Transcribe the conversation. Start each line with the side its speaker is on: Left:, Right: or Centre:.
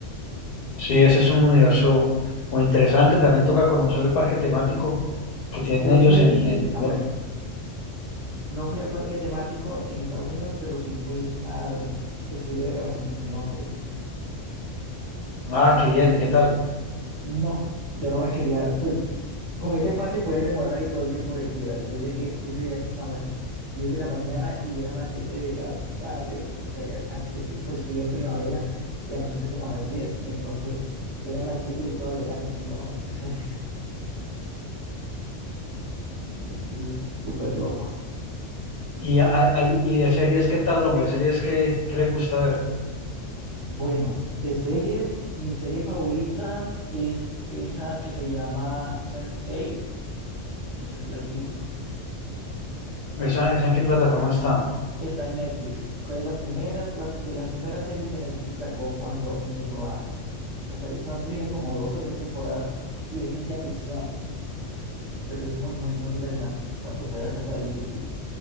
Left: Sí, ese es un universo muy interesante. También toca conocer el parque temático que tienen
Right: Yo
Left: ellos
Right: fui,
Left: en, en...
Right: ah, bueno, no fui al parque temático en Estados Unidos, pero sí fui al estudio de grabaciones en Londres.
Left: Ah, qué bien, ¿y qué tal?
Right: No, yo no me quería, pues con ese pase puedes demorar ahí todo el tiempo que quieras. Yo llegué ese día como a las 10 de la mañana y eran las 7 de la tarde, porque allá anochece, pues fui en primavera y anochece como a las 10, entonces eran las 7 y yo todavía ya metido, no me quería salir. <laughs> Es que eso es súper loco.
Left: Y, hay- hay- y de series, ¿qué tal, hombre? ¿Series qué qué le gusta ver?
Right: Bueno, de series, mi serie favorita es esa que se llama sense Eight. no sé si la has visto.
Left: ¿Esa, esa en qué plataforma está?
Right: Está en Netflix. Fue de las primeras, pla- de las primeras series que Netflix sacó cuando empezó a, a salir. Solamente tiene como dos o tres temporadas y es ciencia ficción, pero es muy, muy, muy interesante cuando puedas sacar el tiempito.